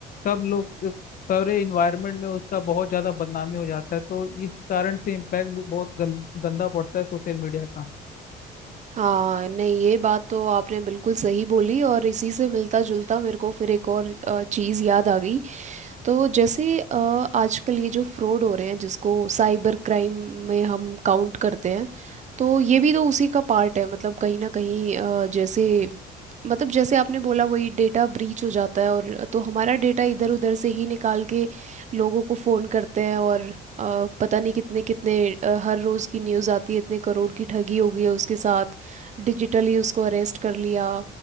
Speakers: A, on the left; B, on the right.
A: सब लोग सारे इन्वायरमेंट में उसका बहुत ज्यादा बदनामी हो जाता है तो इस कारण से इम्पैक्ट भी बहुत गल, गंदा पड़ता है सोशल मीडिया का
B: हाँ नहीं ये बात तो आपने बिल्कुल सही बोली और इसी से मिलता जुलता मेरे को फिर एक और अ, चीज़ याद आ गई तो जैसे अ, आजकल ये जो फ्रॉड हो रहे हैं जिसको साइबर क्राइम में हम काउंट करते हैं तो ये भी तो उसी का पार्ट है मतलब कहीं ना कहीं अ, जैसे मतलब जैसे आपने बोला वही डेटा ब्रीच हो जाता है और तो हमारा डेटा इधर उधर से ही निकाल के लोगों को फ़ोन करते हैं और अ, पता नहीं कितने कितने अ, हर रोज़ की न्यूज़ आती है इतने करोड़ की ठगी हो गई है उसके साथ डिजिटली उसको अरेस्ट कर लिया